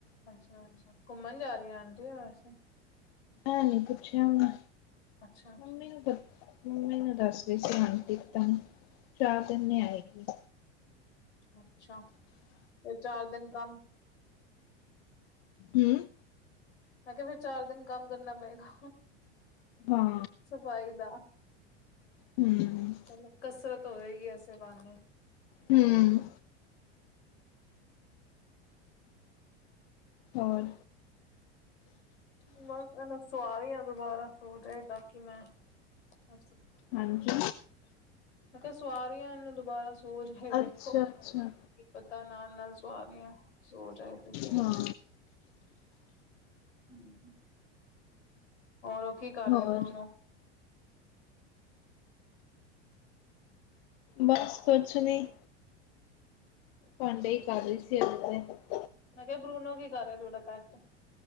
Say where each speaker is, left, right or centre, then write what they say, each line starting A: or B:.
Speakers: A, on the left (about 80°); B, on the left (about 60°).
A: ਅੱਛਾ-ਅੱਛਾ, ਘੁੰਮਣ ਜਾ ਰੀ ਆਂਟੀ ਵੈਸੇ?
B: ਐ ਨੀ ਪੁੱਛੇਆ ਮੈ,
A: ਅੱਛਾ ਅੱਛਾ
B: ਮੰਮੀ ਨੂੰ <unintelligible> ਮੰਮੀ ਨੂੰ ਦੱਸ ਰੀ ਸੀ ਆਂਟੀ <unintelligible> ਚਾਰ ਦਿਨ ਨਈ ਆਏਗੀ।
A: ਅੱਛਾ, ਫੇਰ ਚਾਰ ਦਿਨ ਕੰਮ
B: ਹੂੰ
A: ਮੈਂ ਕੇਆ ਫੇਰ ਚਾਰ ਦਿਨ ਕੰਮ ਕਰਨਾ ਪਏਗਾ,
B: ਹਾਂ
A: ਸਫ਼ਾਈ ਦਾ।
B: ਹੂੰ
A: ਚਲੋ ਕਸਰਤ ਹੋਵੇਗੀ ਐਸੇ ਬਹਾਨੇ।
B: ਹੂੰ। ਹੋਰ?
A: ਮੈਂ ਚਲੋ ਸਵਾਰੀ ਆ ਦੁਬਾਰਾ ਹੋਜੇ ਤਾ ਕਿ ਮੈਂ <unintelligible> <unintelligible> ਮੈਂ
B: ਹਾਂਜੀ
A: ਤਾਂ ਸਵਾਰੀ ਐਲਾ ਦੁਬਾਰਾ ਸੂ ਸੋਜ ਹੇ
B: ਅੱਛਾ
A: ਵੇਖੋ, ਕੀ
B: ਅੱਛਾ
A: ਪਤਾ ਨਾਲ-ਨਾਲ ਸਵਾ ਰੀ ਆ ਸੋ ਜਾਏ ਤੇ ਫੇਰ
B: ਹਾਂ
A: <inaudible> ਓਰ ਓ ਕੀ ਕਾਰ ਰੇਆ
B: ਹੋਰ
A: ਬ੍ਰੂਨੋ?
B: ਬੱਸ ਕੁਛ ਨੀ, ਭਾਂਡੇਈ ਕਾਰ ਰੀ ਸੀ ਅਜੇ ਤੇ।
A: ਮੈਂ ਕੇਆ ਬ੍ਰੂਨੋ ਕੀ ਕਾਰ ਰੇਆ ਥੋਡਾ ਪੈੱਟ?